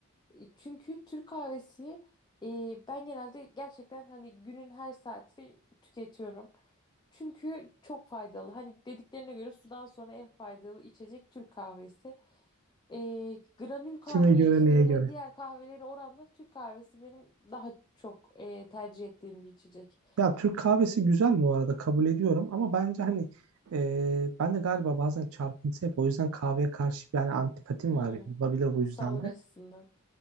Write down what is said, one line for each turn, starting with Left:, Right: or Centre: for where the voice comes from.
Left: E, Çünkü Türk kahvesi e, ben genelde gerçekten hani günün her saati tüketiyorum. Çünkü çok faydalı. Hani dediklerine göre sudan sonra en faydalı içecek Türk kahvesi. E, granül kahve
Right: Kime göre,
Left: işte
Right: neye
Left: ya
Right: göre?
Left: da diğer kahveleri oranla Türk kahvesi benim daha çok e, tercih ettiğim bir içecek.
Right: Ya Türk kahvesi güzel bu arada kabul ediyorum ama bence hani e, ben de galiba bazen çarpıntı yapıyorum. O yüzden kahveye karşı yani antipatim
Left: Hmm,
Right: var benim. Olabilir bu yüzden
Left: sağlık
Right: de.
Left: açısından.